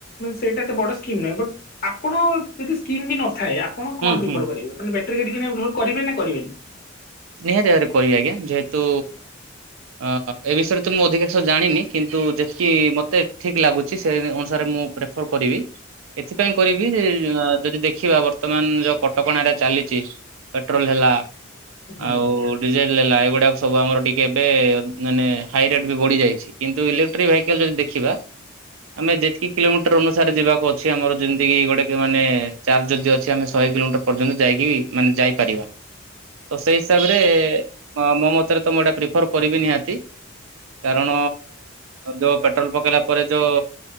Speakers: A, on the left; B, on the right.
A: ସେଇଟା ଏତେ ବଡ଼ ସ୍କିମ୍ ନୁହେଁ ବଟ୍ ଆପଣ ଯଦି ସ୍କିମ୍ ବି ନଥାଏ ଆପ ଣ
B: ହୁଁ
A: କଣ ପ୍ରିଫର
B: ହୁଁ
A: କରିବେ ମାନେ ବ୍ୟାଟେରି କିଣିବା ପାଇଁ ଲୋନ କରିବେ ନା କରିବେନି
B: ନିହାତି ଭାବରେ କରିବି ଆଜ୍ଞା ଯେହେତୁ ଅ ଏ ବିଷୟରେ ତ ମୁଁ ଅଧିକାଂଶ ଜାଣିନି କିନ୍ତୁ ଯେତିକି ମତେ ଠିକ୍ ଲାଗୁଛି ସେ ଅନୁସାରେ ମୁଁ ପ୍ରେଫର କରିବି ଏଥି ପାଇଁ କରିବି ଯେ ଯଦି ଦେଖି ଖିବା ବର୍ତ୍ତମାନ ଯୋଉ କଟକଣାରେ ଚାଲିଛି ପେଟ୍ରୋଲ ହେଲା
A: ହୁଁ।
B: ଆଉ ଡିଜେଲ୍ ଲାଏଗୁଡ଼ାକ ସବୁ ଆମର ଟିକେ ଏବେ ମାନେ ହାଇ ରେଟ୍ ବି ବଢ଼ି ଯାଇଛି କିନ୍ତୁ ଇଲେକ୍ଟ୍ରିକ ଭେହିକାଲ୍ ଯଦି ଦେଖିବା ଦେଖିବା। ଆମେ ଯେତିକି କିଲୋମିଟର ଅନୁସାରେ ଯିବାକୁ ଅଛି ଆମର ଯେମିତିକି ଗୋଟେ ମାନେ ଚାର୍ଜ ଯଦି ଅଛି ଆମେ ଶହେ କିଲୋମିଟର ପର୍ଯ୍ୟନ୍ତ ଯାଇକିବି ମାନେ ଯାଇପାରିବା ତ ସେଇ ହିସାବରେ ମୋ ମତରେ ତ ମୁଁ ଏଇଟା ପ୍ରିଫର କରିବି ନିହାତି। କାରଣ ଯୋଉ ପେଟ୍ରୋଲ ପକେଇଲା ପରେ ଯୋଉ